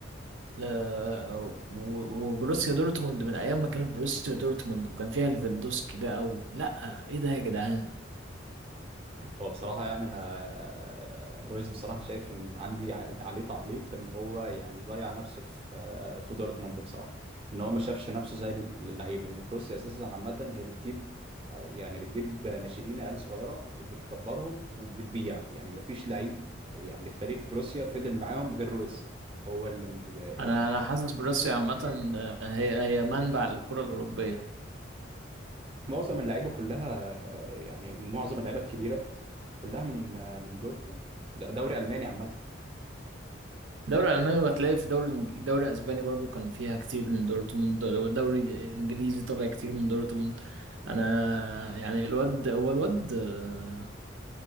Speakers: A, on the right (about 80°); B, on the right (about 30°).
A: آه، و- وبروسيا دورتموند من ايام ما كانت بروسيا دورتموند وكان فيها ليفاندوسكي بقى و... لا ايه ده يا جدعان
B: هو بصراحة يعني أنا رويز بصراحة شايف إن عندي ع- عليه تعليق إن هو يعني ضيع نفسه في آه، في دورتموند بصراحة إن هو ما شافش نفسه زي اللعيبة إن بروسيا أساسا عامة هي بتجيب آه، يعني بتجيب ناشئين عيال صغيرة وبتكبرهم وبتبيع يعني ما فيش لعيب يعني في تاريخ بروسيا فضل معاهم غير رويز هو اللي م- آه،
A: انا انا حاسس بروسيا عامه آه، هي هي منبع الكره الاوروبيه
B: معظم اللعيبة كلها آه، يعني معظم اللعيبة الكبيرة كلها من آه، من دورتموند ده دوري ألماني عامة
A: الدوري الالماني بتلاقي في دوري الإنج- دوري اسباني برضو كان فيها كتير من دورتموند دوري انجليزي طلع كتير من دورتموند انا يعني الواد هو الواد آه،